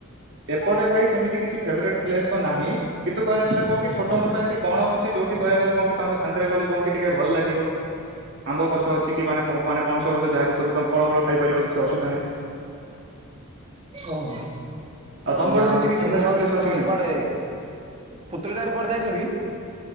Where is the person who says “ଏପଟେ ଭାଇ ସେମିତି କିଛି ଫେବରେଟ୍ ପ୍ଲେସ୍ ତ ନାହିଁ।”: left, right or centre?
Right